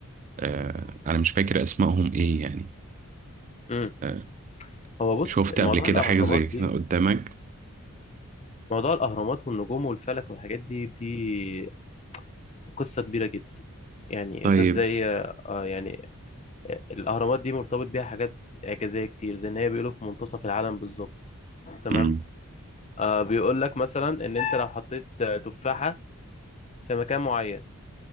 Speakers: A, on the right (about 35°); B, on the left (about 30°).
A: آه، انا مش فاكر اسمائهم ايه يعني
B: امم
A: آه،
B: هو بص
A: شفت
B: موضوع
A: قبل كده
B: الاهرامات
A: حاجة زي
B: دي
A: كده قدامك
B: موضوع الأهرامات والنجوم والفلك والحاجات دي دي قصة كبيرة جدا يعني
A: طيب
B: انت ازاي آه، يعني الاهرامات دي مرتبط بيها حاجات اعجازية كتير زي ان هي بيقولوا في منتصف العالم بالظبط تمام
A: مم.
B: آه بيقول لك مثلا ان انت لو حطيت آه، تفاحة في مكان معين